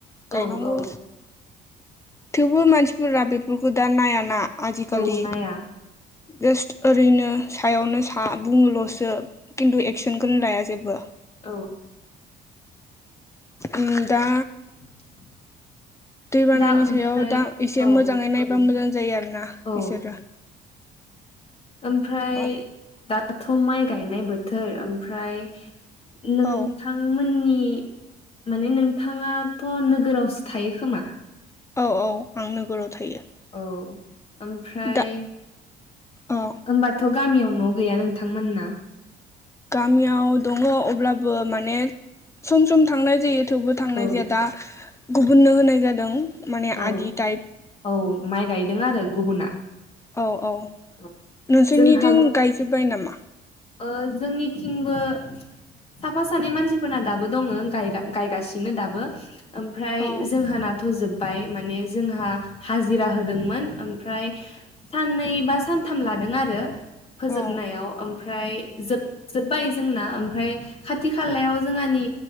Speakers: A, on the left; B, on the left.
A: गायनांगौ
B: औ औ
A: थेवबो मानसिफोरा बेफोरखौ दा नायाना आजिखालि
B: औ नाया
A: जास्ट ओरैनो सायावनो सा बुङोल'सो खिन्थु एक्सनखौनो लाया जेबो
B: औ
A: ओम दा
B: <inaudible>
A: दैबानानि
B: दा ओमफ्राय
A: सायाव दा एसे
B: औ
A: मोजाङै नायबा मोजां जायो आरोना
B: औ
A: बिसोरो
B: ओमफ्राय
A: औ
B: दाथ' माइ गायनाय बोथोर ओमफ्राय नोंथांमोननि
A: औ
B: माने नोंथाङाथ' नोगोरावसो थायो खोमा
A: औ औ आं नोगोराव थायो
B: अह ओमफ्राय
A: दा औ
B: होनबाथ' गामियाव न' गैया नोंथांमोनना?
A: गामियाव दङो अब्लाबो माने सम सम थांनाय जायो थेवबो थांनाय
B: औ
A: जाया दा गुबुननो होनाय जादों। माने
B: औ
A: आदि टाइप
B: औ माइ गायदों आरो गुबुना
A: औ औ
B: औ
A: नोंसोरनिथिं
B: जोंहा
A: गायजोब्बाय नामा?
B: ओ जोंनिथिंबो साफा सानै मानसिफोरना दाबो दङ गायगासिनो दाबो। ओमफ्राय
A: औ
B: जोंहा नाथ' जोब बबाय माने जोंहा हाजिरा होदोंमोन ओमफ्राय साननै बा सान सानथाम लादों आरो फोजोबनायाव
A: औ
B: ओम ओमफ्राय जोबजोब्बायबाय जोंना ओमफ्राय खाथि खालायाव जोंहानि